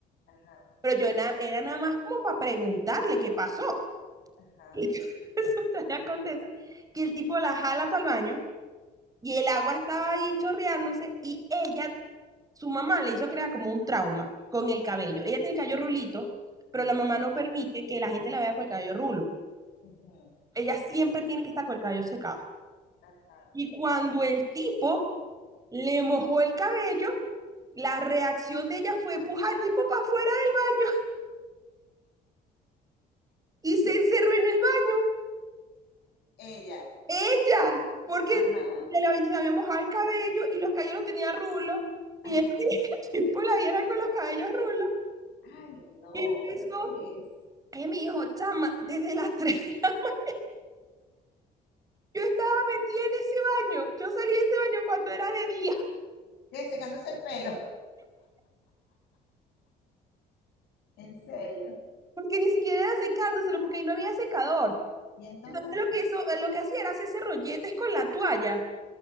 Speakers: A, on the left; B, on the right.
A: Ajá,
B: pero yo na era nada más como para preguntarle qué pasó.
A: ajá,
B: Y <laughs> resulta que acontece que el tipo la jala para el baño y el agua estaba ahí chorreándose y ella, su mamá le hizo crear como un trauma con el cabello. Ella tiene el cabello rulito, pero la mamá no
A: ajá,
B: permite que la gente la vea con el cabello rulo.
A: ujú,
B: Ella siempre tiene que estar con el cabello secado.
A: ajá.
B: Y cuando el tipo le mojó el cabello, la reacción de ella fue empujar al tipo para afuera del baño y se encerró en el baño
A: Ella,
B: Ella, porque
A: ajá.
B: le la- se había mojado el cabello y los cabellos los tenía rulos. Y
A: ah,
B: el <laughs> tipo la viera con los cabellos rulos.
A: Ay no,
B: Y empezó,
A: pero ¿qué es?
B: ella me dijo, chama, desde las 3 de la <laughs> mañana. Yo estaba metida en ese baño. Yo salí de ese baño cuando era de día,
A: ¿Qué? Secándose el pelo. En serio.
B: porque ni siquiera era secándoselo, porque ahí no había secador.
A: Y entonces,
B: Entonces lo que hizo, eh, lo que hacía era hacerse rolletes con la toalla,